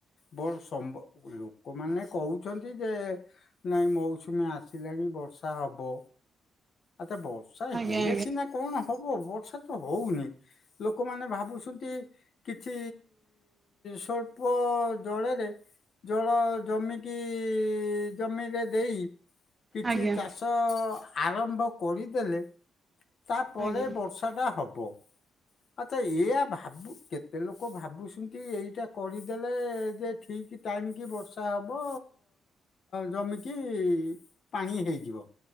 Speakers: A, on the left; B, on the right.
A: ବ ସମ୍ ଲୋକମାନେ କହୁଛନ୍ତି ଯେ ନାଇଁ ମୌସୁମୀ ଆସିଲାଣି ବର୍ଷା ହବ ଆତା ବ ବର୍ଷା
B: ଆଜ୍ଞା
A: ହେଲେ ସିନା କଣ ହବ ବର୍ଷା ତ ହଉନି ଲୋକମାନେ ଭାବୁସୁନ୍ତି କିଛି ସ୍ୱଳ୍ପ ଜଳରେ ଜଳ ଜମିକି ଜମିରେ ଦେଇ କିଛି
B: ଆଜ୍ଞା ଆଜ୍ଞା
A: ଚାଷ ଆରମ୍ଭ କରିଦେଲେ ତାପରେ
B: ଆଜ୍ଞା
A: ବର୍ଷାଟା ହବ। ଆଚ୍ଛା ଏଇଆ ଭାବୁ କେତେ ଲୋକ ଭାବୁସୁନ୍ତି ଏଇଟା କରିଦେଲେ ଯେ ଠିକ ଟାଇମ କି ବର୍ଷା ହବ ଜମିକି ପାଣି ହେଇଯିବ।